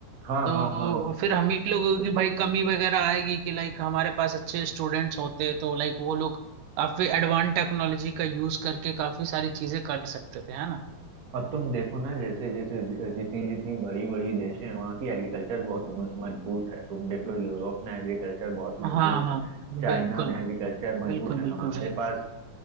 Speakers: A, on the right (about 40°); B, on the right (about 80°).
A: हाँ
B: तो
A: हाँ हाँ
B: फिर हम ही लोगों की भाई कमी वगैरह आएगी कि लाइक हमारे पास अच्छे स्टूडेंट्स होते तो लाइक वो लोग काफी एडवांस टेक्नोलॉजी का यूज करके काफी सारी चीजें कर सकते थे है ना
A: और तुम देखो ना जैसे जैसे जितनी जितनी बड़ी बड़ी देश हैं वहाँ की एग्रीकल्चर बहुत म- मजबूत है तुम देख लो यूरोप में एग्रीकल्चर बहुत मजबूत
B: हाँ
A: है
B: हाँ
A: चाइना
B: बिल्कुल
A: में एग्रीकल्चर मजबूत
B: बिल्कुल
A: है
B: बिल्कुल
A: हमारे
B: भाई
A: पास